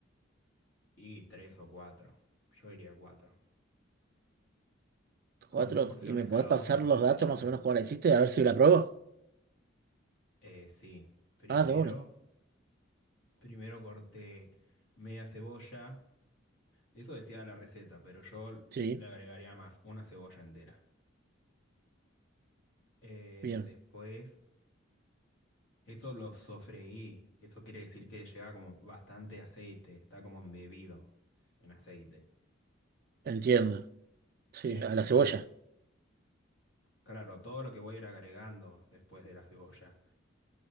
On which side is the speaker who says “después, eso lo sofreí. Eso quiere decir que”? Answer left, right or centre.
Left